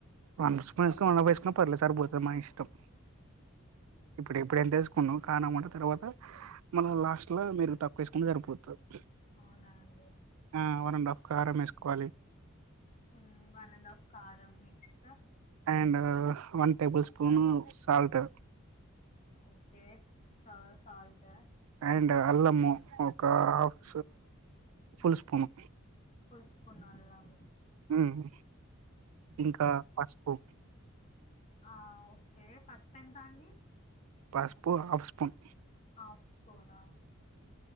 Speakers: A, on the right (about 80°); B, on the left (about 35°).
A: వన్ స్పూన్ వేస్క్ వన్ అఫ్ వేసుకున్న పర్లే సరిపోతాది మనిఇష్టం ఇప్పుడు ఇప్పుడు ఎంతేస్ కానమాట తర్వాత మనం లాస్ట్ లో మీరు తక్ వేస్ సరిపోతది
B: అవునా అండి
A: ఆ వన్ అండ్ హాఫ్ కారం వేసుకోవాలి.
B: ఆ వన్ అండ్ ఆఫ్ కారం next
A: and one table spoon salt
B: okay స సాల్ట్
A: అండ్ అల్లము ఒక half full spoon
B: full spoon అల్లం
A: ఉమ్ ఇంకా పసుపు
B: ఆ ఓకే పసుపు ఎంత అండి
A: పసుపు హాఫ్ స్పూన్
B: ఆఫ్ స్పూన్ ఆ